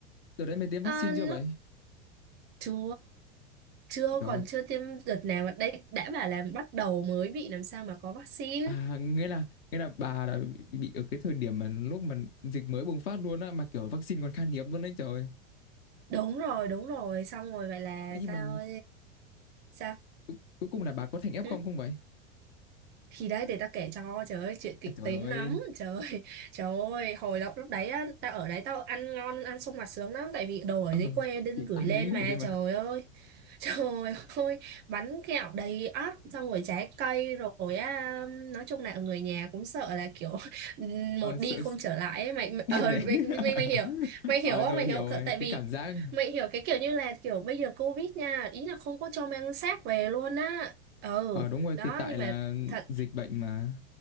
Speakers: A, on the left; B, on the right.
A: đợt đấy mày tiêm
B: Ờ,
A: vaccine
B: lúc
A: chưa vậy
B: chưa chưa
A: trời
B: còn
A: ơi,
B: chưa tiêm đợt nào mà đây đã bảo là bắt đầu mới bị làm sao mà có vaccine
A: À, nghĩa là nghĩa là bà đã bị, bị ở cái thời điểm mà lúc mà dịch mới bùng phát luôn á mà kiểu vaccine còn khan hiếm luôn đấy trời.
B: đúng rồi đúng rồi xong rồi vậy là
A: Thế nhưng
B: sao
A: mà
B: sao
A: cu- cuối cùng là bà có thành f
B: Ừ?
A: không không vậy?
B: thì đấy để tao kể cho trời ơi chuyện kịch
A: À, trời
B: tính
A: ơi.
B: lắm <laughs> trời ơi trời ơi hồi lúc lúc đấy á tao ở đấy tao ăn ngon ăn sung mặt sướng lắm tại vì đồ ở
A: Ờ,
B: dưới quê đinh
A: chỉ có
B: gửi
A: ăn
B: lên
A: với ngủ
B: mà
A: thôi mà.
B: trời ơi <laughs> trời ơi bánh kẹo đầy ắp xong rồi trái cây rồi á nói chung là người nhà cũng sợ là kiểu <laughs>
A: Ờ,
B: một
A: sợ
B: đi không
A: sợ-
B: trở lại ấy. mày mày,
A: điên
B: ờ,
A: đấy. <laughs>
B: mày, mày mày hiểu mày
A: Ờ
B: hiểu không
A: rồi
B: mày
A: hiểu
B: hiểu
A: rồi,
B: tại
A: cái
B: vì
A: cảm giác.
B: mày hiểu cái kiểu như là kiểu bây giờ Covid nha ý là không có cho mang xác về luôn á ừ
A: Ờ đúng rồi
B: đó
A: thì tại
B: nhưng
A: là
B: mà thật
A: dịch bệnh mà.